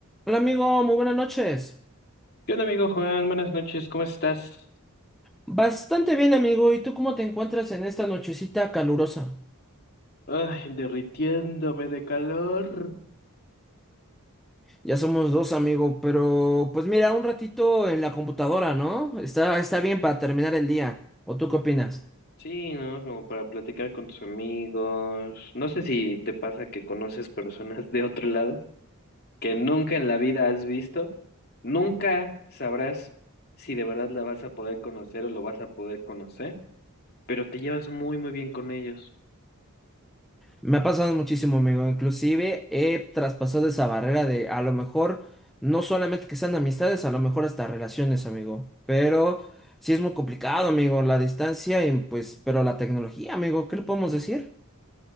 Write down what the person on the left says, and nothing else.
¿Qué onda, amigo Juan? Buenas noches, ¿cómo estás?
Ay, derritiéndome de calor.
Sí, ¿no? Como para platicar con tus amigos. No sé si te pasa que conoces personas de otro lado que nunca en la vida has visto. Nunca sabrás si de verdad la vas a poder conocer o lo vas a poder conocer, pero te llevas muy, muy bien con ellos.